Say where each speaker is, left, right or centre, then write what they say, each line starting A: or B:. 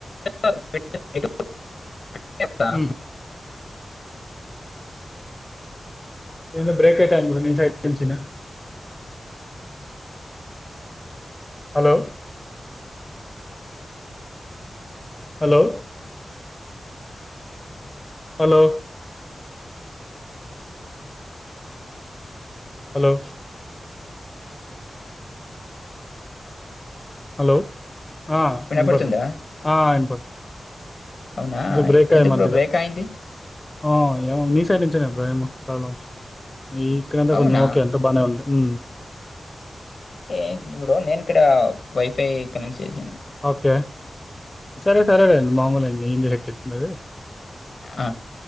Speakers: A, on the left (about 65°); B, on the left (about 20°).
A: <unintelligible> <unintelligible>
B: మ్మ్. ఏదో బ్రేక్ అయితాంది నీ సైడ్ నుంచినా hello hello hello hello hello ఆ
A: వినపడుతుందా
B: విన్పడుదా ఆ విన్పడు
A: అవునా
B: ఇదో బ్రేక్ అయ్యె
A: ఎందుకు
B: మధ్యలో
A: బ్రో బ్రేక్ అయింది
B: ఆ యో మీసైడ్ నుంచేనేమో ప్రేమ కణం ఊ ఇక్కడంతా
A: అవునా
B: కొంచం ఓకే ఎంత బానే ఉంది ఉ
A: ఏ ఇప్పుడు నేనిక్కడ వైఫై కనెక్ట్ చేసాను
B: ఓకే సరే సరే లేండి మామూలు <unintelligible> బ్రదర్
A: ఆ